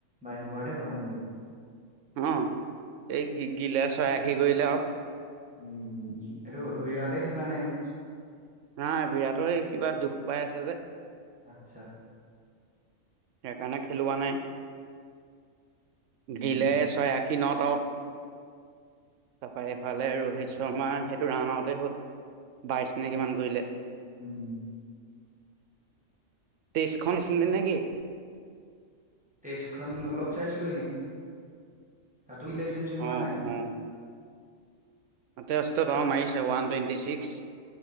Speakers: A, in the centre; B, on the right (about 75°).
A: বাইছ অভাৰতে খতম কৰি দিলে।
B: অ', এই গি-গিলা ছয় আশী কৰিলে আৰু।
A: উম, উম, এইটো বিৰাটে খেলা নাই ন?
B: নাই বিৰাটৰ এই কিবা দুখ পাই আছে যে।
A: আচ্ছা।
B: সেইকাৰণে খেলোৱা নাই,
A: উম
B: গিলে ছয় আশী নট আউট। তাৰপৰা এইফালে ৰোহিত
A: আচ্ছা
B: শৰ্মা সেইটো ৰাণ আউটেই হ'ল বাইছ নে কিমান কৰিলে।
A: উম।
B: টেষ্টখন দিছিলি নে কি?
A: টেষ্টখন অলপ চাইছিলো এনেই। তাতো ইলে চেঞ্চুৰী মৰা
B: অ',
A: নাই জানো
B: অ', হাতে অষ্ট মাৰিছে ওৱান টুৱেণ্টি ছিক্স।